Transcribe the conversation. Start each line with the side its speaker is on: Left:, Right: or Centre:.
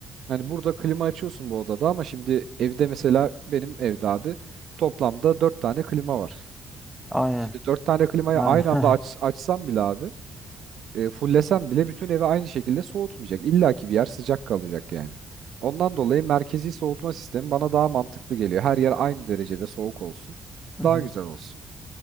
Right: Hani burada klima açıyorsun bu odada ama şimdi evde mesela benim evde abi toplamda dört tane klima var.
Centre: Aynen.
Right: Şimdi dört tane klimayı
Centre: Yani
Right: aynı anda
Centre: <laughs>
Right: aç, açsam bile abi e, fullesem bile bütün evi aynı şekilde soğutmayacak. İlla ki bir yer sıcak kalacak yani. Ondan dolayı merkezi soğutma sistemi bana daha mantıklı geliyor. Her yer aynı derecede soğuk olsun.
Centre: Hı
Right: Daha
Centre: hı.
Right: güzel olsun.